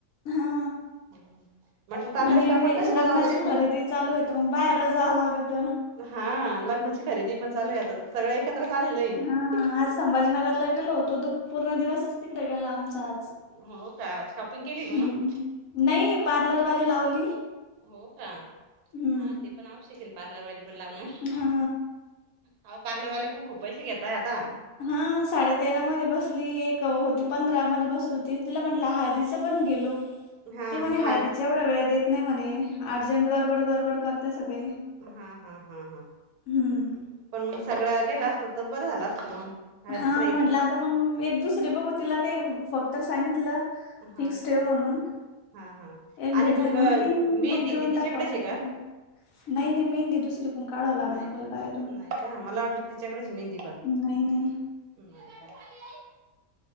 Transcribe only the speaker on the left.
हा
आणि
लग्नाची
खरेदी चालू येत मग बाहेर जावं लागत.
हा आज संभाजीनगरला गेलो होतो पूर्ण दिवसचं तिकडे गेला आमचा आज.
हम्म
नाही पार्लर वाली लावली.
हम्म
हा
हा साडे तेरामध्ये बसली एक होती. पंधरा मध्ये बसत होती तिला मला हळदीचे पण गेलो
ते म्हणे
हळदीचं
तेेवढा वेळ देत नाही म्हणे. अर्जंट गडबड गडबड करत सगळे
हम्म
हा
म्हटलं आता मग एक दुसरी बघू तिला काही फक्त सांगितलं. फिक्स
ठेव म्हणून.
एक
भेटलेत मग तीन
लुक देऊन
टाकू आपण
तिला. नाही नाही मेहंदी दुसरी कुन काढावं लागलं
आपल्याला बाहेरून.
नाही नाही.